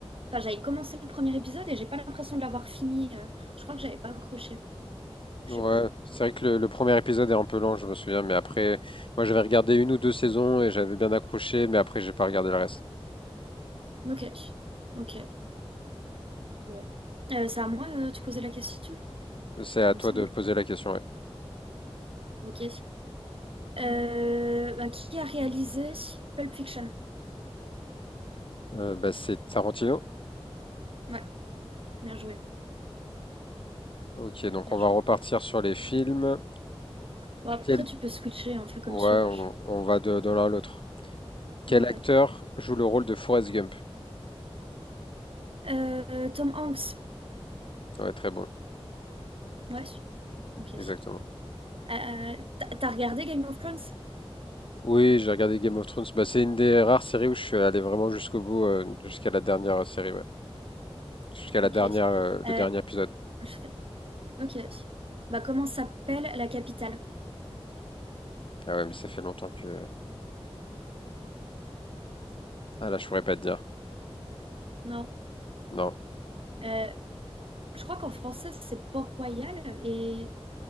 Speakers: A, on the right; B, on the left.
A: enfin j'avais commencé le premier épisode et j'ai pas l'impression de l'avoir fini. euh, je crois que j'avais pas accroché, je
B: Ouais,
A: sais plus.
B: c'est vrai que le, le premier épisode est un peu lent, je me souviens, mais après, moi j'avais regardé une ou deux saisons et j'avais bien accroché, mais après j'ai pas regardé le reste.
A: Ok, ok. Bon. Euh, c'est à moi euh, de te poser la question,
B: C'est à
A: il
B: toi
A: me semble.
B: de poser la question, ouais.
A: Ok. Euh, bah, qui a réalisé Pulp Fiction?
B: Euh, bah, c'est Tarantino.
A: Ouais, bien joué,
B: Ok, donc
A: bien
B: on va
A: joué.
B: repartir sur les films.
A: Bon, après,
B: Quel...
A: tu peux switcher, hein, fais comme
B: Ouais,
A: tu veux.
B: on, on va de, de l'un à l'autre. Quel
A: Ouais.
B: acteur joue le rôle de Forrest Gump?
A: Euh, Tom Hanks.
B: Ouais, très bon,
A: Ouais, ok.
B: exactement.
A: Euh, t'as t'as regardé Game of Thrones?
B: Oui, j'ai regardé Game of Thrones. Bah, c'est une des rares séries où je suis allé vraiment jusqu'au bout, euh, jusqu'à la dernière série, ouais. Jusqu'à la
A: Ok.
B: dernière, euh, le
A: Euh,
B: dernier épisode.
A: je fais- Ok. Bah, comment s'appelle la capitale?
B: Ah ouais, mais ça fait longtemps que Ah là, je pourrais pas te dire.
A: Non.
B: Non.
A: Euh, je crois qu'en français, c'est Port-Royal et